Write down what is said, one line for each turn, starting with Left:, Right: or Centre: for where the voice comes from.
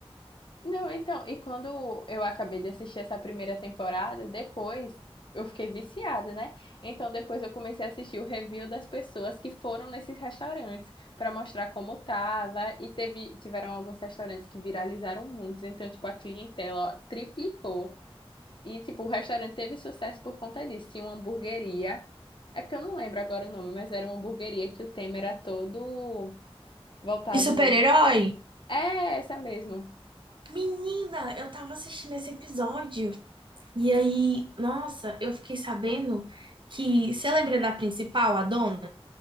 Left: Não, então, e quando eu acabei de assistir essa primeira temporada, depois eu fiquei viciada, né? Então depois eu comecei a assistir o review das pessoas que foram nesses restaurantes para mostrar como tava. E teve, tiveram alguns restaurantes que viralizaram muitos, então, tipo, a clientela, ó, triplicou. E, tipo, o restaurante teve sucesso por conta disso. Tinha uma hamburgueria. É porque eu não lembro agora o nome, mas era uma hamburgueria que o tema era todo voltado.
Right: De super-herói?
Left: É, essa mesmo.
Right: Menina, eu tava assistindo esse episódio e aí, nossa, eu fiquei sabendo que, você lembra da principal, a dona?